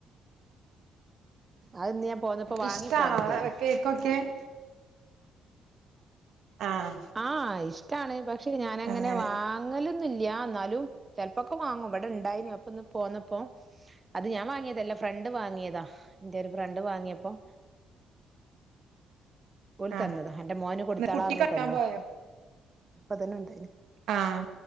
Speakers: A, on the right; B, on the right.
A: അത്ന്ന് ഞാൻ പോന്നപ്പോ വാങ്ങി
B: ഇഷ്ടാണോ
A: പോന്നതേനു
B: റവ കേക്കൊക്കെ ആഹ്
A: ആ ഇഷ്ടാണ് പക്ഷെ ഞാാനങ്ങനെ
B: അങ്ങനെ
A: വാങ്ങല് ന്നില്യ എന്നാലും ചെലപ്പോക്കെ വാങ്ങും ഇവിടെ ഉണ്ടായിനി അപ്പൊ ഇന്ന് പോന്നപ്പം അത് ഞാൻ വാങ്ങിയതല്ല ഫ്രണ്ട് വാങ്ങിയതാ ഇന്റെ ഒര് ഫ്രണ്ട് വാങ്ങിയപ്പം ഓല്
B: ആഹ്
A: തന്നതാ അന്റെ മോന് കൊടുത്താളാറ്ഞ്ഞ്
B: കുട്ടി
A: തന്നതാ
B: <unintelligible>
A: അപ്പ അതന്നെ ഉണ്ടായിനി
B: ആഹ്